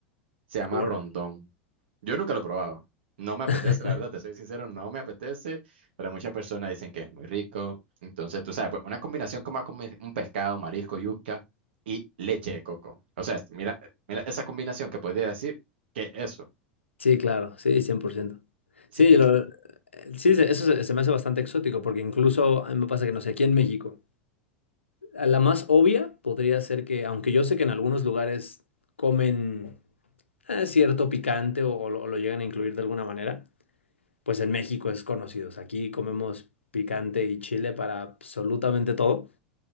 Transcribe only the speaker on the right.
Se llama
rondón. Yo nunca lo he probado. No me apetece,
la verdad, te soy sincero, no me apetece, pero muchas personas dicen que es muy rico. Entonces, tú sabes, pues una combinación como a comer un pescado, marisco, yuca y leche de coco. O sea, mira, mira esa combinación que podría decir que eso.
Sí,
y que-